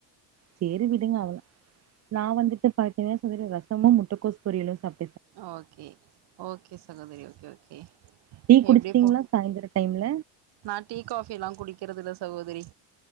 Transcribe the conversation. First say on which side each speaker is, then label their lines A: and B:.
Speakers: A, on the right; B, on the right.
A: செரி விடுங்க அவளதா நா வந்துட்டு <unintelligible> சொல்லட்டு ரசமு முட்டக்கோஸ் பொரியலு சாப்
B: ஓகே ஓகே சகோதரி ஓகே ஓகே
A: டீ குடிச்சிட்டீங்ளா
B: எப்டி போ
A: சாய்ந்தரோ டைம்ல
B: நா டீ காஃபியெலா குடிக்கிறது இல்ல சகோதரி